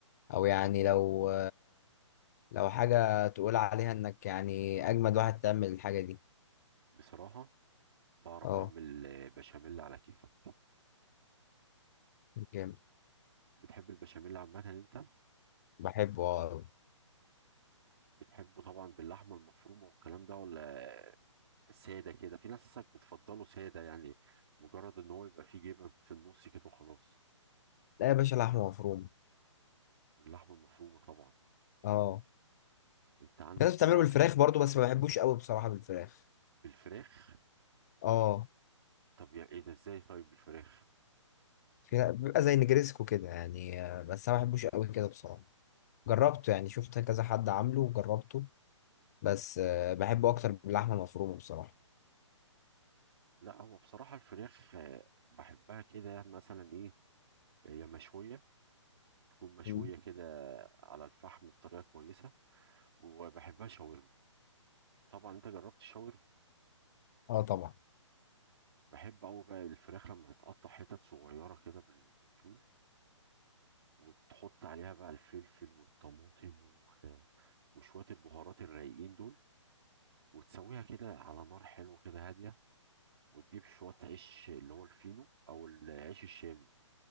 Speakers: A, on the left; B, on the right.
A: او يعني لو لو حاجة تقول عليها انك يعني اجمد واحد تعمل الحاجة دي
B: بصراحه بعرف
A: اه
B: اعمل آه، بشاميل على كيفك
A: جامد
B: بتحب البشاميل عامة انت
A: بحبه اه
B: بتحبه طبعا باللحمة المفرومة والكلام ده ولا سادة كده في ناس اصلا بتفضله سادة يعني مجرد ان هو يبقى فيه جبن في النص كده وخلاص
A: لا يا باشا لحمة مفرومة
B: باللحمة المفرومة طبعا
A: اه
B: انت عندك
A: في ناس
B: بقى
A: بتعمله بالفراخ برضو بس ما بحبوش قوي بصراحة بالفراخ
B: بالفراخ
A: اه
B: طب يا ايه ده ازاي طيب بالفراخ
A: في- بيبقى زي نجريسكو كده يعني آه، بس انا ما بحبوش قوي كده بصراحة جربته يعني شفت كذا حد عامله وجربته بس آه، بحبه اكتر باللحمة المفرومة بصراحة
B: لا هو بصراحة الفراخ آه، بحبها كده مثلا ايه هي مشوية تكون مشوية
A: مم.
B: كده على الفحم بطريقة كويسة وبحبها شاورما طبعا انت جربت الشاورما
A: اه طبعا
B: بحب أوي بقى الفراخ لما تتقطع حتت صغيرة كده بال- بالطول وتحط عليها بقى الفلفل والطماطم و- وشوية البهارات الرايقين دول وتسويها كده على نار حلوة كده هادية وتجيب شوية عيش اللي هو الفينو أو العيش الشامي